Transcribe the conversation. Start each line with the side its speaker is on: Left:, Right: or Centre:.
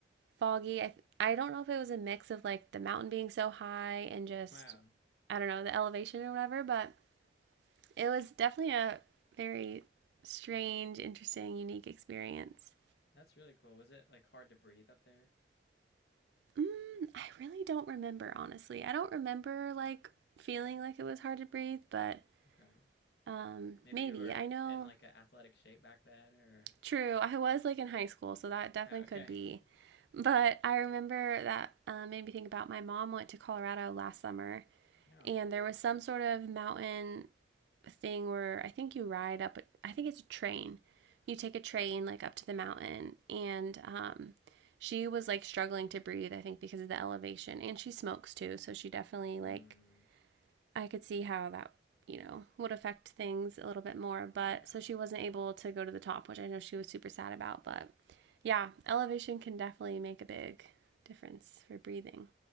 Right: foggy. I, I don't know if it was a mix of like the mountain being so high and just,
Left: Wow.
Right: I don't know, the elevation or whatever, but it was definitely a very strange, interesting, unique experience.
Left: That's really cool. Was it like hard to breathe up there?
Right: Mm, I really don't remember, honestly. I don't remember like feeling like it was hard to breathe, but
Left: Okay.
Right: um,
Left: Maybe
Right: maybe.
Left: you were
Right: I know,
Left: in like an athletic shape back then, or
Right: true, I was like in high school, so that definitely
Left: oh, okay,
Right: could be.
Left: <laughs>
Right: But I remember that uh, made me think about my mom went to Colorado last summer,
Left: yeah,
Right: and there was some sort of mountain thing where I think you ride up, I think it's a train. You take a train like up to the mountain, and um, she was like struggling to breathe, I think, because of the elevation. And she smokes too, so she definitely like,
Left: mm,
Right: I could see how that, you know, would affect things a little bit more. But
Left: yeah,
Right: so she wasn't able to go to the top, which I know she was super sad about. But yeah, elevation can definitely make a big difference for breathing.